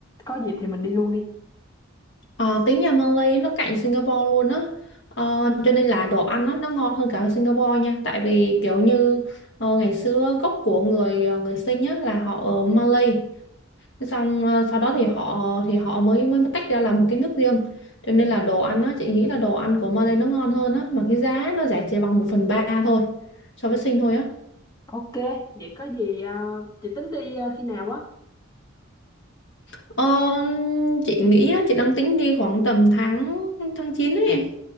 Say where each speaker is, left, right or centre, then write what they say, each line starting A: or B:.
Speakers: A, on the left (about 20°); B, on the left (about 65°).
A: có dịp thì mình đi luôn đi.
B: Ờ, tính nhà Malay nó cạnh Singapore luôn á. Ờ, cho nên là đồ ăn á, nó ngon hơn cả Singapore nha. Tại vì kiểu như ờ, ngày xưa gốc của người ờ, người sinh á là họ ở Malay. Thế xong ờ, sau đó thì họ thì họ mới mới tách ra làm một cái nước riêng cho nên là đồ ăn á chị nghĩ là đồ ăn của Malay nó ngon hơn á mà cái giá nó rẻ chỉ bằng một phần ba thôi so với Sinh thôi á
A: Ok, vậy có gì ờ, chị tính đi ờ, khi nào á?
B: Ờ, chị nghĩ á, chị đang tính đi khoảng tầm tháng tháng chín ấy em